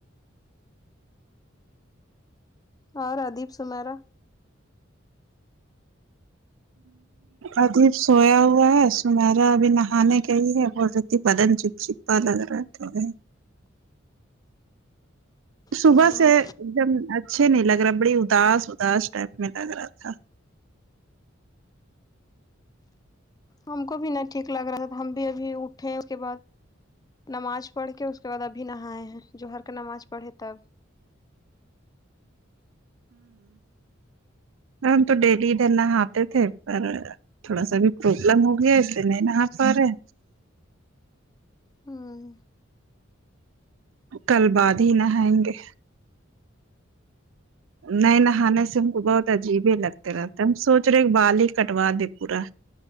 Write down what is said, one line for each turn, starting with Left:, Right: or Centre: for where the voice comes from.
Left: اور ادیپ سمیرا
Right: ادھیب سویا ہوا ہے سمیرا ابھی نہانے گئی ہے بول رہی تھی بدن چیپ چپ پالگ رہا ہے صبح
Left: ہاں
Right: سے ایک دم اچھے نہیں لگ رہا بڑی اداس اداس ٹائپ میں لگ رہا تھا
Left: ہم کو بھی نہ ٹھیک لگ رہا تھا ہم بھی ابھی اٹھے اس کے بعد نماج پڑھ کے اس کے بعد ابھی نہائے ہیں جو ہر کا نماز پڑھے تب
Right: ہم تو ڈیلی ادھر نہاتے تھے پر تھوڑا سا بھی پروبلم ہو گیا ہے اسلئے نہیں نہ پا رہے
Left: ہاں
Right: کل بعد ہی نہاینگے نئے نہانے سے ہم کو بہت عجیب ہی لگتے رہتے ہم سونچ رہے بال ہی کٹوا دے پورا